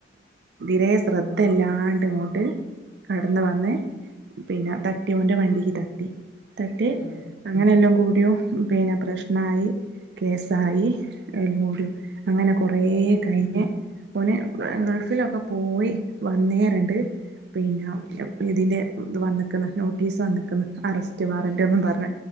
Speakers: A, on the right (about 60°); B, on the left (about 55°).
A: രെേ ശ്രദ്ധ ഇല്ലാണ്ട് ഇങ്ങോട്ട് കടന്ന
B: ഉം
A: വന്ന് പിന്നെ തട്ടി അവന്റെ വണ്ടിക്ക് തട്ടി തട്ടി
B: ആഹ്
A: അങ്ങനെ എല്ലാം കൂടിയോ പിന്നെ പ്രശ്നമായി കേസായി എലും കൂടിയോ അങ്ങനെ കൊറ
B: ഉം
A: കഴിഞ്ഞ. നെ ഗൾഫിലൊക്കെ പോയി വന്നേറണ്ട് പിന്നെ ഇതിൻ്റെ ഇത് വന്നിക്കുന്ന നോട്ടീസ് വന്നിക്കുന്ന അറസ്റ്റ് വാറൻറ് ഒന്നും പറഞ്ഞ